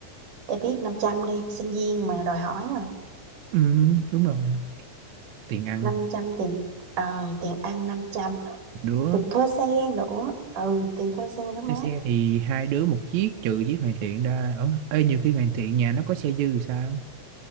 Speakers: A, on the right (about 50°); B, on the right (about 80°).
A: để biết 500 đi sinh viên mà đòi hỏi mà
B: ừ, đúng rồi tiền ăn
A: năm trăm tiền ờ tiền ăn năm trăm
B: một đứa
A: tiền thuê xe nữa ừ tiền thuê xe nữa má
B: cái xe thì hai đứa một chiếc trừ chiếc hoàn thiện ra ờ, ê, nhiều khi hoàn thiện nhà nó có xe dư thì sao